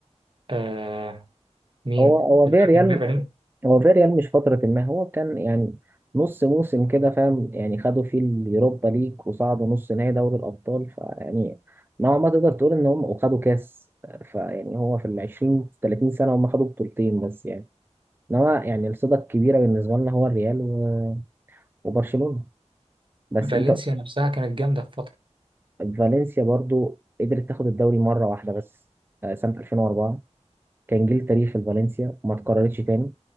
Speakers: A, on the right; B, on the right.
A: آه مين؟
B: هو هو
A: في
B: فيريال
A: فترة ما فالن-
B: هو فيريال مش فترة ما هو كان يعني نص موسم كده فاهم يعني خدوا فيه اليوروبا ليج وصعدوا نص نهائي دوري الأبطال فيعني نوعا ما تقدر تقول إن هم وخدوا كاس فيعني هو في العشرين تلاتين سنة هم خدوا بطولتين بس يعني إنما يعني الصدى الكبيرة بالنسبة لنا هو الريال و- وبرشلونة بس
A: فالنسيا
B: أنت
A: نفسها كانت جامدة في فترة
B: فالنسيا برضو قدرت تاخد الدوري مرة واحدة بس آه، سنة 2004 كان جيل تاريخي لفالنسيا وما اتكررتش تاني